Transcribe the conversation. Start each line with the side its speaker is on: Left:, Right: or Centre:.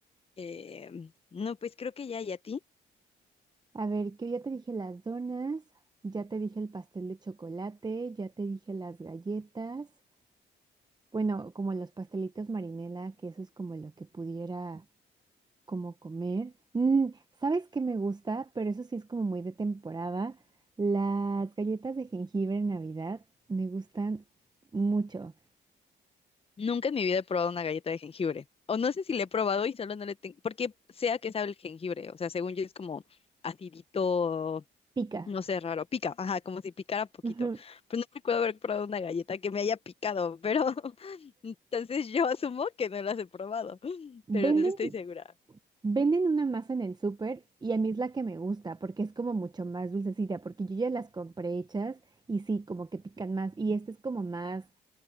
Left: Eh, no, pues creo que ya, ¿y a ti?
Right: A ver, que ya te dije las donas, ya te dije el pastel de chocolate, ya te dije las galletas, bueno, como los pastelitos marinela, que eso es como lo que pudiera como comer. Mm, ¿sabes qué me gusta? Pero eso sí es como muy de temporada. Las galletas de jengibre en Navidad me gustan mucho.
Left: Nunca en mi vida he probado una galleta de jengibre. O no sé si le he probado y solo no le tengo... Porque sea que sabe el jengibre, o sea, según yo es como acidito,
Right: Pica.
Left: No sé, raro, pica, ajá, como si picara poquito.
Right: Ujú. Sí.
Left: Pues no recuerdo haber probado una galleta que me haya picado, pero <laughs> entonces yo asumo que no las he probado, <laughs> pero
Right: Venden
Left: no estoy segura.
Right: Venden una masa en el súper y a mí es la que me gusta porque es como mucho más dulcecita, porque yo ya las compré hechas y sí, como que pican más. Y este es como más,